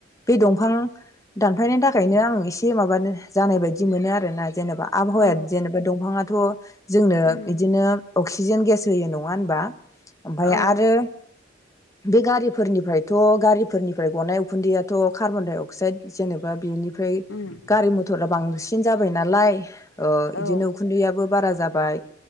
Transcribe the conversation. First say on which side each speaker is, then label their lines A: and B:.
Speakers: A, on the left; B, on the left.
A: बे दं दफां दानफायनायनि थाखायनो आं एसे माबानो जानाय बायदि मोनो आरोना जेनेबा आबहावाया
B: औ
A: जेनेबा दंफाङाथ जोंनो
B: उम
A: बिदिनो अक्सिजेन गेस होयो नङा होनबा? ओमफाय
B: उम औ
A: आरो बे गारिफोरनिफ्रायथ गारिफोरनिफ्राय गनाय उखुन्दैयाथ कार्बन-डाय-अक्साइद जेनेब <unintelligible> बेनिफ्राय
B: उम
A: गारि मथरा बांसिन <unintelligible> जाबाय नालाय ओ
B: औ
A: इदिनो उखुन्दैयाबो बारा जाबाय